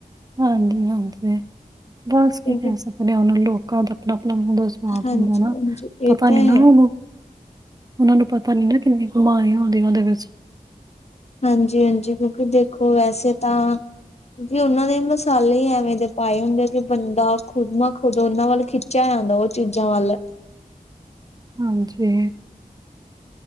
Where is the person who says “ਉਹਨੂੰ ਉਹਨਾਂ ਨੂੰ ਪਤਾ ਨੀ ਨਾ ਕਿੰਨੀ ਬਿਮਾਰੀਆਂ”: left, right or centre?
Right